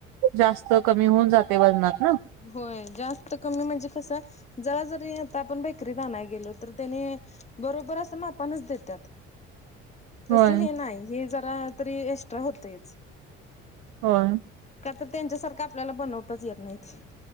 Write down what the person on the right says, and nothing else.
जास्त कमी होऊन जातय वजनात ना.
होय
होय